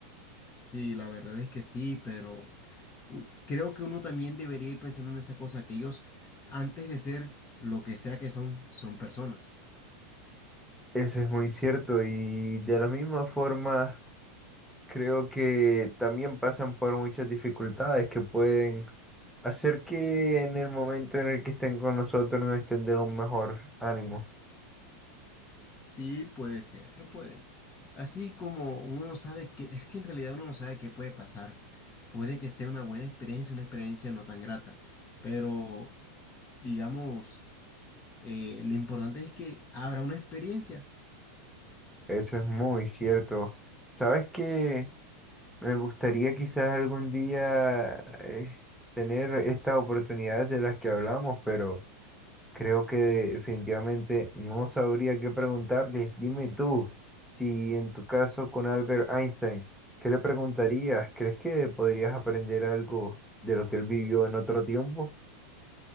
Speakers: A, on the left; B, in the centre.
A: Sí, la verdad es que sí, pero... u- Creo que uno también debería ir pensando en esa cosa, que ellos, antes de ser lo que sea que son, son personas.
B: Eso es muy cierto y de la misma forma creo que también pasan por muchas dificultades que pueden Hacer que en el momento en el que estén con nosotros nos estén de un mejor ánimo.
A: Sí, puede ser, puede. Así como uno no sabe que, es que en realidad uno no sabe qué puede pasar. Puede que sea una buena experiencia, una experiencia no tan grata. Pero, digamos, eh, lo importante es que habrá una experiencia.
B: Eso es muy cierto. ¿Sabes que Me gustaría quizás algún día eh, tener estas oportunidades de las que hablamos, pero creo que definitivamente no sabría qué preguntarles. Dime tú, si en tu caso con Albert Einstein, ¿qué le preguntarías? ¿Crees que podrías aprender algo de lo que él vivió en otro tiempo?